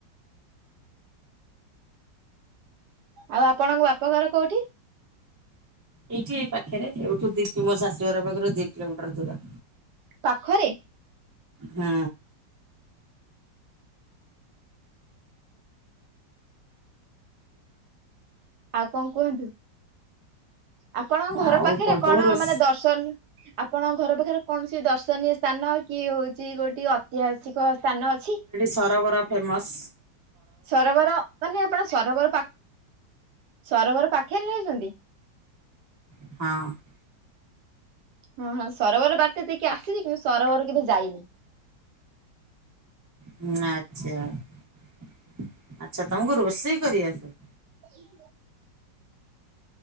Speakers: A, on the right; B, on the right.
A: ଆଉ ଆପଣଙ୍କ ବାପଘର କୋଉଠି?
B: ଏଇଠି ଏ ପାଖରେ ଏଠୁ ଦି ମୋ ଶାଶୁ ଘର ପାଖରୁ ଦି କିଲୋମିଟର ଦୂର।
A: ପାଖରେ
B: ହୁଁ।
A: ଆଉ କଣ କୁହନ୍ତୁ? ଆପଣଙ୍କ ଘର
B: ଆଉ
A: ପାଖରେ କଣ
B: ତମ ରୋଷ
A: ମାନେ ଦର୍ଶ ଆପଣଙ୍କ ଘର ପାଖରେ କୌଣସି ଦର୍ଶନୀୟ ସ୍ଥାନ କି ହଉଛି ଗୋଟେ ଅ ଐତିହାସିକ ସ୍ଥାନ ଅଛି।
B: ସରବରା ଫେମସ।
A: ସରୋବର ମାନେ ଆପଣ ସରୋବର ପା ସରୋବର ପାଖରେ ରହିଛନ୍ତି।
B: ହଁ।
A: ହଁ ହଁ ସରୋବର ବାଟ୍ୟା ଦେକି ଆସିଛି କିନ୍ତୁ ସରୋବର କେବେ ଯାଇନି।
B: ହଁ ଆଚଛା ଆଚଛା ତମକୁ ରୋଷେଇ କରିଆସ।
A: ହୁଁ